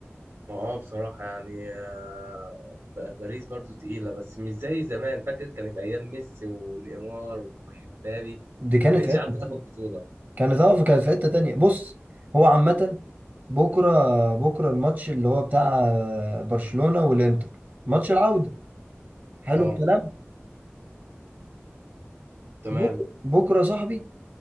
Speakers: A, on the right; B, on the right.
A: ما اه بصراحة يعني آه، ب- باريس برضو تقيلة بس مش زي زمان فاكر كانت أيام ميسي ونيمار ومبابي
B: دي كانت
A: كانتش
B: في حته
A: عارفة
B: تانيه
A: تاخد بطولة
B: كانت اه كانت في حته تانيه بص هو عامه بكره بكره الماتش اللي هو بتاع آه، برشلونه والانتر ماتش العوده حلو
A: اه
B: الكلام
A: تمام
B: بكره بكره يا صاحبي